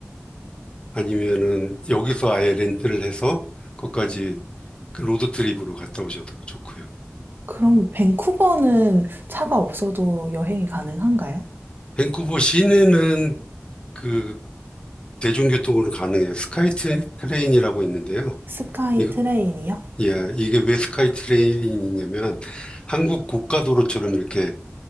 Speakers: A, on the left (about 20°); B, on the right (about 45°).
A: 아니면은 여기서 아예 렌트를 해서 거기까지 그 로드 트립으로 갔다 오셔도 좋고요.
B: 그럼 밴쿠버는 차가 없어도 여행이 가능한가요?
A: 밴쿠버 시내는 그 대중교통으로 가능해요. 스카이 트- 트레인이라고 있는데요.
B: 스카이
A: 이,
B: 트레인이요?
A: 예, 이게 왜 스카이 트레인이냐면 한국 고가도로처럼 이렇게